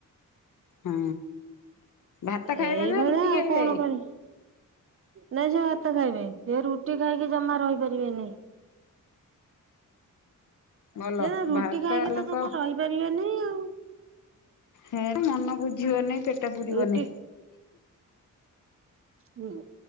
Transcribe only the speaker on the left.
ହଁ। ଭାତ ଖାଇବେ
ନା ରୁଟି
ଖାଇବେ?
ଭଲ
ଭାରତ
ଲୋକ।
ମନ ବୁଝିବନାଇଁ ପେଟ ପୁରିବନିଁ।